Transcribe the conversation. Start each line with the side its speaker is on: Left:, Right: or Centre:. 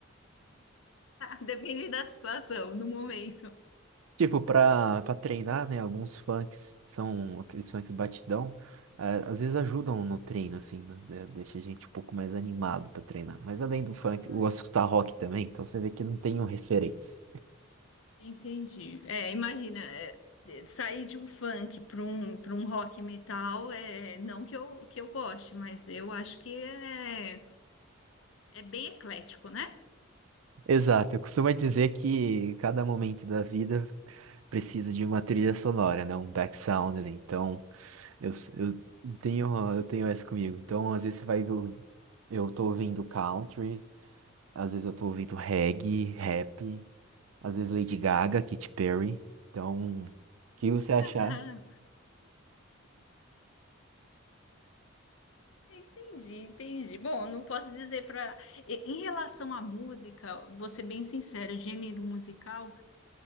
Left: Depende da situação, no momento.
Right: Tipo, pra, pra treinar, né? Alguns funks, que são aqueles funks batidão, a- às vezes ajudam no treino, assim, né? de- Deixa a gente um pouco mais animado pra treinar. Mas além do funk,
Left: Ai,
Right: eu gosto de escutar rock também, então você vê que não tenho referência.
Left: entendi. É, imagina, é, é, sair de um funk para um, para um rock metal, é, não que eu, que eu goste, mas eu acho que é, é bem eclético, né?
Right: Exato, eu costumo dizer que cada momento da vida precisa de uma trilha sonora, né? Um back sound ali. Então, eu, eu tenho, eu tenho essa comigo. Então, às vezes você vai ver, eu tô ouvindo country, às vezes eu tô ouvindo reggae, rap. Às vezes Lady Gaga, Katy Perry. Então, o que você
Left: <laughs>
Right: achar?
Left: Ah, entendi, entendi. Bom, não posso dizer para. Em relação à música, vou ser bem sincera, gênero musical,